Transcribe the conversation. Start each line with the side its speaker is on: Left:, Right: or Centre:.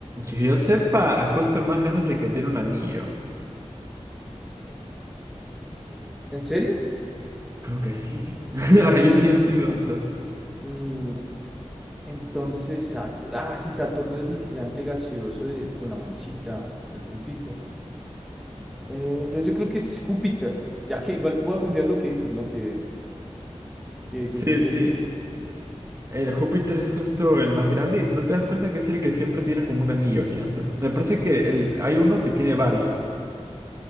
Right: que yo sepa, justo el más grande es el que tiene un anillo.
Centre: ¿En serio?
Right: Creo que sí. <laughs>
Centre: Ok.
Right: Ahora yo te estoy dando.
Centre: Mm, entonces, Sat- ah, sí, Saturno es el gigante gaseoso de- con la manchita en el puntico. Eh, entonces yo creo que es Júpiter, ya que igual voy a confiar en lo que dices, ¿no? Que, que, que
Right: Sí,
Centre: es el
Right: sí.
Centre: del... eh,
Right: El Júpiter es justo el más grande y no te das cuenta que es el que siempre tiene como un anillo girando. Me parece que el, hay uno que tiene varios.